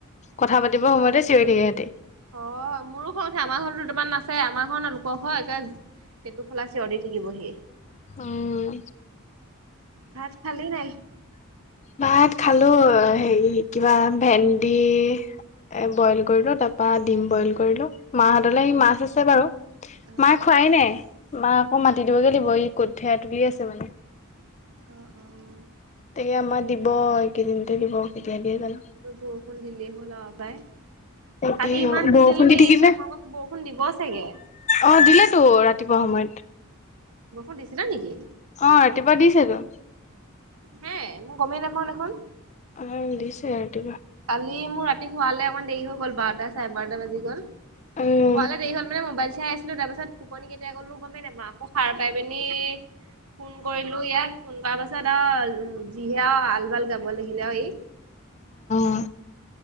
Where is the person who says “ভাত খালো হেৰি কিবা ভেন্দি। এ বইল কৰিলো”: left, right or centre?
Left